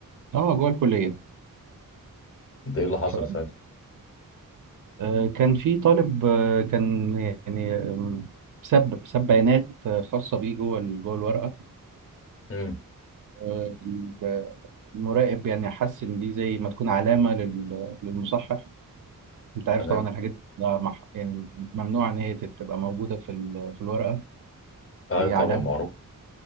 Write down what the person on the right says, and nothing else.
آه جوه الكلية
ف-
آه، كان في طالب آه، كان يعني آم، ساب ساب بيانات آه، خاصة بيه جوه ال- جوه الورقة
آه، ال- المراقب يعني حس إن دي زي ما تكون علامة لل- للمصحح أنت عارف
طبعا الحاجات دي لا مح- يعني ممنوع إن هي تبقى موجودة في ال- في الورقة
هي
علامة